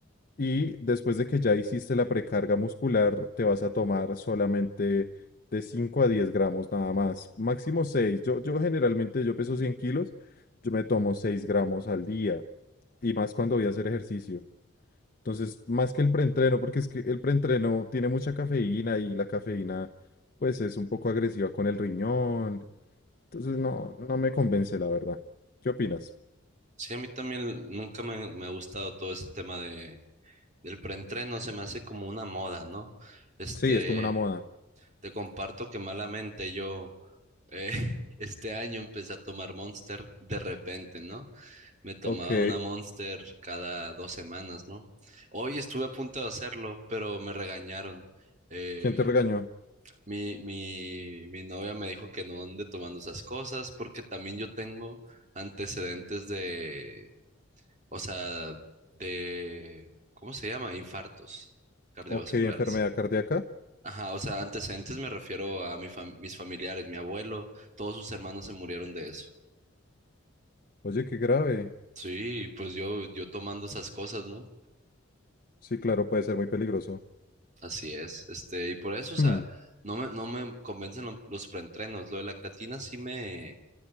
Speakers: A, on the left; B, on the right.
A: y después de que ya hiciste la precarga muscular, te vas a tomar solamente de 5 a 10 gramos nada más, máximo seis Yo, yo generalmente, yo peso 100 kilos, yo me tomo 6 gramos al día, y más cuando voy a hacer ejercicio. Entonces, más que el preentreno, porque es que el preentreno tiene mucha cafeína y la cafeína, pues es un poco agresiva con el riñón. Entonces, no, no me convence, la verdad. ¿Qué opinas?
B: Sí, a mí también nunca me, me ha gustado todo ese tema de, del preentreno, se me hace como una moda, ¿no? Este,
A: Sí, es como una moda.
B: te comparto que malamente yo eh, <laughs> este año empecé a tomar Monster de repente, ¿no? Me tomaba
A: Ok.
B: una Monster cada dos semanas, ¿no? Hoy estuve a punto de hacerlo, pero me regañaron. Eh,
A: ¿Quién te regañó?
B: mi, mi, mi novia me dijo que no ande tomando esas cosas porque también yo tengo antecedentes de o sea, de, ¿cómo se llama? Infartos cardiovasculares.
A: Ok, enfermedad cardíaca.
B: Ajá, o sea, antecedentes me refiero a mi fam- mis familiares, mi abuelo, todos sus hermanos se murieron de eso.
A: Oye, qué grave.
B: Sí, pues yo, yo tomando esas cosas, ¿no?
A: Sí, claro, puede ser muy peligroso.
B: Así es. Este, y por eso, o sea,
A: Hmm.
B: no me, no me convencen lo- los preentrenos. Lo de la creatina sí me,